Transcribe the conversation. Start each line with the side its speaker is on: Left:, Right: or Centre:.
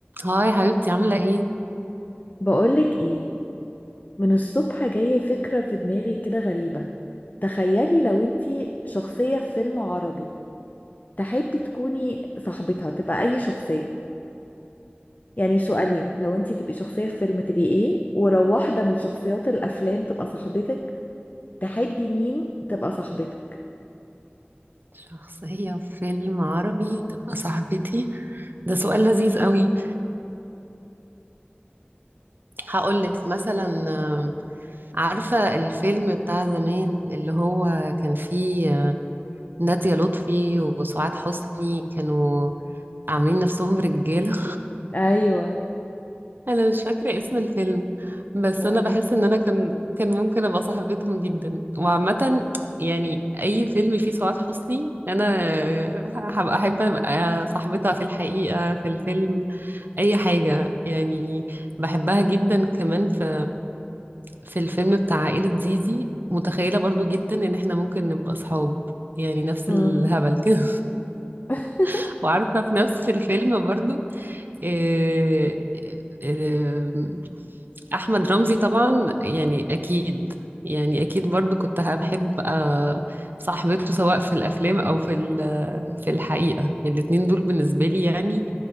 Right: هاي حبيبتي عاملة ايه؟
Left: بقولك ايه من الصبح جاية فكرة في دماغي كده غريبة تخيلي لو انتي شخصية في فيلم عربي تحبي تكوني صاحبتها تبقى اي شخصية يعني سؤالين لو انتي تبقي شخصية في فيلم تبقي ايه ولو واحدة من شخصيات الافلام تبقى صاحبتك تحبي مين تبقى صاحبتك
Right: شخصية في فيلم عربي تبقى صاحبتي ده سؤال لذيذ قوي هقولك مثلا آم، عارفة الفيلم بتاع زمان اللي هو كان فيه آه، نادية لطفي وسعاد حسني كانوا عاملين نفسهم رجالة
Left: ايوه
Right: انا مش فاكره اسم الفيلم بس
Left: ولا
Right: انا بحس ان انا كان كان ممكن ابقى صاحبتهم جدا وعامه يعني اي فيلم فيه سعاد حسني انا هبقى احب ابقى صاحبتها في الحقيقه في الفيلم اي حاجه يعني بحبها جدا كمان في في الفيلم بتاع عائله زيزي متخيله برضو جدا ان احنا ممكن نبقى صحاب يعني نفس
Left: مم.
Right: الهبل كده
Left: <laughs>
Right: <laughs> وعارفه في نفس الفيلم برضو إيه إيه احمد رمزي طبعا يعني اكيد يعني اكيد برضو كنت هبحب آه، صاحبته سواء في الافلام او في ال- في الحقيقه الاتنين دول بالنسبه لي يعني